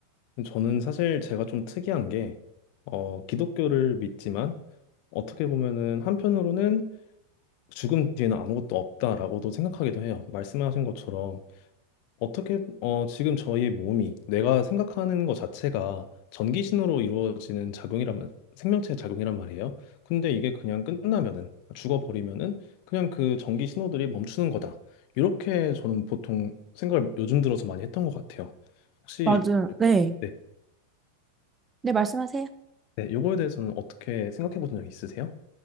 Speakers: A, on the left; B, on the right.
A: 저는 사실 제가 좀 특이한 게 어, 기독교를 믿지만 어떻게 보면은 한편으로는 죽음 뒤에는 아무것도 없다라고도 생각하기도 해요. 말씀하신 것처럼 어떻게, 어, 지금 저희 몸이 내가 생각하는 것 자체가 전기 신호로 이루어지는 작용이라면, 생명체의 작용이란 말이에요. 근데 이게 그냥 끝나면은, 죽어버리면은, 그냥 그 전기 신호들이 멈추는 거다. 이렇게 저는 보통 생각을 요즘 들어서 많이 했던 것 같아요. 혹시,
B: 맞아요. 네.
A: 네,
B: 네, 말씀하세요.
A: 네, 요거에 대해서는 어떻게 생각해 보신 적 있으세요?